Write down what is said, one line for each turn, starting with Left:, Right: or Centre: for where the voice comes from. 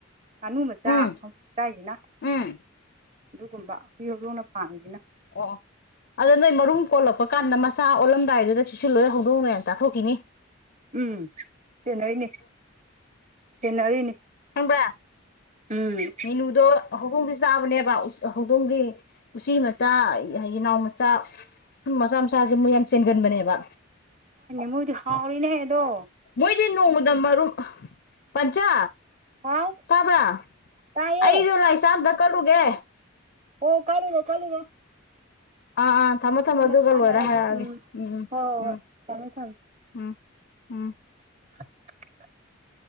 Right: ꯉꯥꯅꯨ ꯃꯆꯥ
Left: ꯎꯝ
Right: ꯍꯧꯖꯤ ꯆꯥꯏꯖꯤꯅ
Left: ꯎꯝ
Right: ꯑꯗꯨꯒꯨꯝꯕ ꯍꯨꯏ ꯍꯧꯗꯣꯡꯅ ꯄꯥꯝꯃꯤꯖꯤꯅ
Left: ꯑꯣ ꯑꯗꯣ ꯅꯣꯏ ꯃꯔꯨꯝ ꯀꯣꯜꯂꯛꯄ ꯀꯥꯟꯗ ꯃꯆꯥ ꯑꯣꯜꯂꯝꯗꯥꯏꯗꯨꯗ ꯆꯤꯁꯤꯜꯂꯨꯍꯦ ꯍꯧꯗꯣꯡꯅ ꯌꯝ ꯇꯥꯊꯣꯛꯈꯤꯅꯤ
Right: ꯎꯝ ꯁꯦꯟꯅꯩꯅꯦ ꯁꯦꯟꯅꯔꯤꯅꯤ
Left: ꯈꯪꯕꯔꯥ
Right: ꯎꯝ
Left: ꯃꯤꯅꯨꯗꯣ ꯍꯧꯗꯣꯡꯗꯤ ꯆꯥꯕꯅꯦꯕ ꯍꯧꯗꯣꯡꯗꯤ ꯎꯆꯤ ꯃꯆꯥ ꯌꯦꯅꯥꯎ ꯃꯆꯥ ꯁꯨꯝꯕ ꯃꯆꯥ ꯃꯆꯥꯁꯦ ꯃꯣꯏꯗꯤ ꯌꯥꯝ ꯆꯦꯟꯒꯟꯕꯅꯦꯕ
Right: ꯃꯣꯏꯗꯤ ꯍꯥꯎꯔꯤꯅꯦ ꯑꯗꯣ
Left: ꯃꯣꯏꯗꯤꯅꯣꯡꯃꯗ ꯃꯔꯨꯞ ꯄꯆꯥ
Right: ꯍꯥꯎ
Left: ꯇꯥꯕ꯭ꯔꯥ
Right: ꯇꯥꯏꯌꯦ
Left: ꯑꯩꯁꯨ ꯂꯥꯏ ꯆꯥꯛ ꯑꯝꯇꯥ ꯀꯠꯂꯨꯒꯦ
Right: ꯍꯣꯏ ꯀꯠꯂꯨꯔꯣ ꯀꯠꯂꯨꯔꯣ
Left: ꯑꯥ ꯑꯥ ꯊꯝꯃꯣ ꯊꯝꯃꯣ
Right: ꯀꯣꯟꯅ
Left: ꯑꯗꯨꯒ
Right: ꯁꯥꯅꯥꯔꯥꯁꯤ
Left: ꯂꯣꯏꯔ ꯍꯥꯏꯔꯛꯑꯒꯦ
Right: ꯍꯣꯏ
Left: ꯎꯝ
Right: ꯍꯣꯏ
Left: ꯎꯝ ꯎꯝ
Right: ꯊꯝꯃꯦ ꯊꯝꯃꯦ
Left: ꯎꯝ ꯎꯝ
Right: <unintelligible>